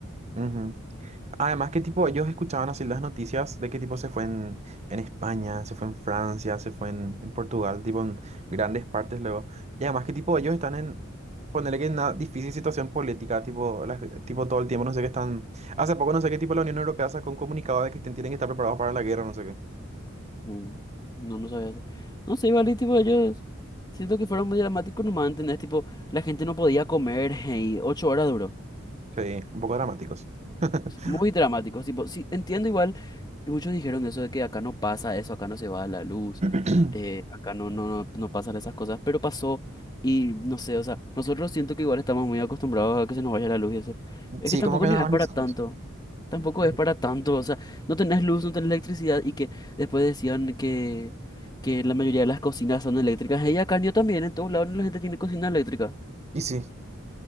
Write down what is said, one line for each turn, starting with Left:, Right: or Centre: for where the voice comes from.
Right: Ujú. Además, que tipo, ellos escuchaban así las noticias de que tipo se fue en, en España, se fue en Francia, se fue en, en Portugal, tipo en grandes partes luego. Y además que tipo ellos están en, ponerle que en una difícil situación política, tipo, las- tipo todo el tiempo, no sé qué están. Hace poco no sé qué tipo la Unión Europea sacó un comunicado de que ten- tienen que estar preparados para la guerra, no sé qué.
Left: Mm, No, no sabía eso. No sé, igual y tipo ellos, siento que fueron muy dramáticos nomás, ¿entendés? Tipo, la gente no podía comer <laughs> y ocho horas duró.
Right: Sí, un poco dramáticos. <clears throat>
Left: Sí, Muy dramáticos, tipo, sí, entiendo igual y Muchos dijeron eso de que acá no pasa eso, acá no se va la luz,
Right: <laughs>
Left: eh, acá no, no, no, no pasan esas cosas, pero pasó y no sé, o sea, nosotros siento que igual estamos muy acostumbrados a que se nos vaya la luz y eso. Es
Right: Sí,
Left: que tampoco
Right: como que
Left: ni-
Right: normalizamos.
Left: es para tanto, tampoco
Right: Sí.
Left: es para tanto, o sea, no tenés luz, no tenés electricidad y que después decían que, que la mayoría de las cocinas son eléctricas. Y acá yo también, en todos lados la gente tiene cocina eléctrica.
Right: Y sí,